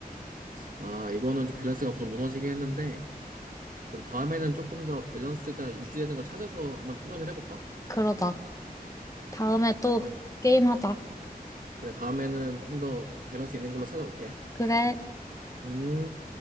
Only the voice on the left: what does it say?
그러자. 다음에
또
게임하자.
그래.